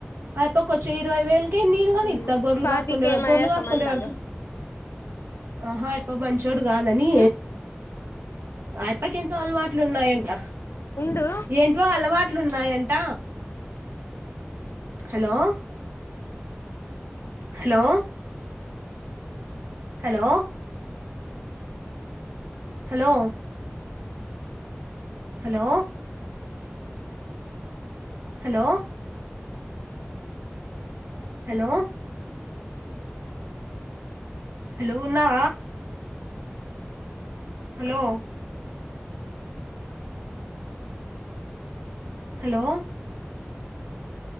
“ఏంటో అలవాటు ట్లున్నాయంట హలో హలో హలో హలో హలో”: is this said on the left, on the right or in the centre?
Right